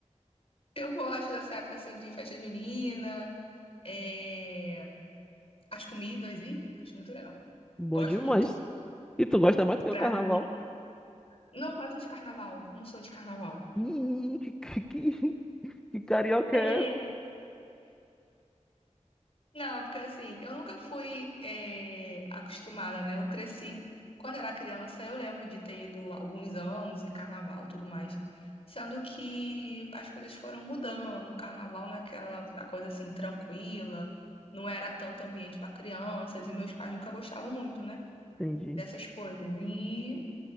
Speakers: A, on the left; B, in the centre.
A: Eu gosto dessa época assim de festa junina. é, as comidas e acho muito legal.
B: Bom
A: Gosto
B: demais.
A: muito.
B: E tu gosta mais do que
A: Pra
B: o carnaval?
A: mim, não gosto de carnaval, não sou de carnaval.
B: Ih, que, que, que, <laughs> que carioca
A: É,
B: é essa?
A: não, porque assim, eu nunca fui é, acostumada, né? Eu cresci, quando era criança, eu lembro de ter ido alguns anos em carnaval, e tudo mais. Sendo que as coisas foram mudando, o carnaval não é aquela a coisa assim tranquila, não era tanto ambiente para crianças, e meus pais nunca gostavam muito, né?
B: Entendi.
A: Dessas coisas. E